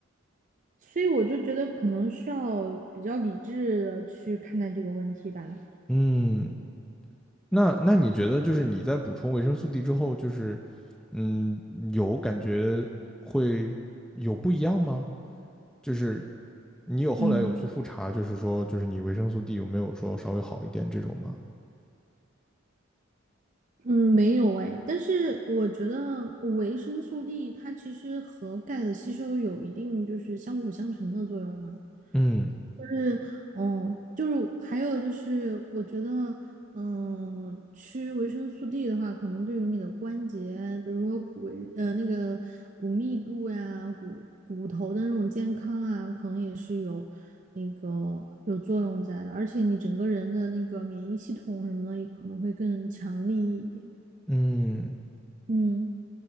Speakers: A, on the right (about 40°); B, in the centre.
A: 所以我就觉得可能需要比较理智的去看待这个问题吧，
B: 嗯那那你觉得就是你在补充维生素 D 之后，就是嗯，有感觉会有不一样吗？就是你有后来有去复查，
A: 嗯。
B: 就是说就是你维生素 D 有没有说稍微好一点这种吗？
A: 嗯，没有哎，但是我觉得维生素 D 它其实和钙的吸收有一定就是相辅相成的作用嘛。
B: 嗯
A: 就是。哦，就是还有就是，我觉得，嗯、吃维生素 D 的话，可能对于你的关节，比如说骨维，呃，那个骨密度呀、骨骨头的那种健康啊，可能也是有那个有作用在的。而且你整个人的那个免疫系统什么的，也可能会更强力一点。
B: 嗯，
A: 嗯，